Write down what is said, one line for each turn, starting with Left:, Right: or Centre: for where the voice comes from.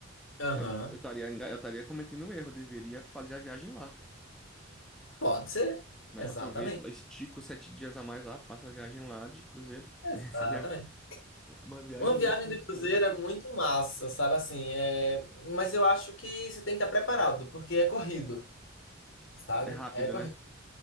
Left: Aham.
Centre: Eu eu estaria enga- eu estaria cometendo um erro, eu deveria fazer a viagem lá,
Left: Pode ser.
Centre: né?
Left: Exatamente.
Centre: Aproveito lá, estico sete dias a mais lá, faço a viagem lá de cruzeiro.
Left: Exatamente.
Centre: <laughs> Seria uma viagem
Left: Uma viagem
Centre: dentro de
Left: de
Centre: uma
Left: cruzeiro
Centre: viagem.
Left: é muito massa, sabe assim? É... Mas eu acho que você tem que estar preparado, porque é corrido, sabe?
Centre: É rápido,
Left: É corrido.
Centre: né?